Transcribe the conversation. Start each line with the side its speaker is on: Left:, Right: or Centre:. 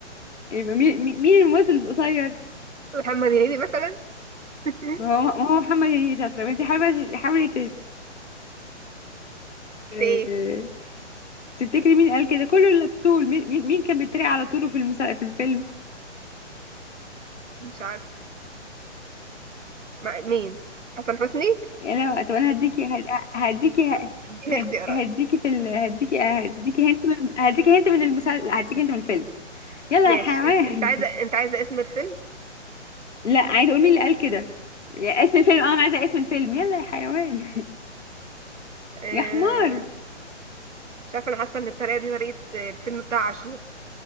Left: يبقى مين مين مين الممثل القصير
Right: محمد هنيدي مثلا <laughs>
Left: ما هو ما هو محمد هنيدي شاطرة انت حاولي حاولي آه،
Right: في ايه
Left: تفتكري مين قال كده كله اللي بتقول مين مين مين كان بيتريق على طوله في المسا... في الفيلم
Right: مش عارفة مع مين حسن حسني
Left: يعني انا طب انا هديكي هد- هديكي ه-
Right: <laughs> اديني
Left: هد-
Right: اختيارات
Left: هديكي في ال... هديكي هديكي هنت من هديكي هنت من المسلسل هديكي هنت من الفيلم يلا
Right: ماشي
Left: يا حيوان
Right: ان- انت عايزه انت عايزه اسم الفيلم
Left: <laughs> لا عايزه اقول مين اللي قال كده يا اسم الفيلم اه انا عايزه اسم الفيلم يلا يا حيوان
Right: آه...
Left: <laughs> يا حمار
Right: مش عارفه انا حاسه ان الطريقه دي طريقه الفيلم بتاع عاشور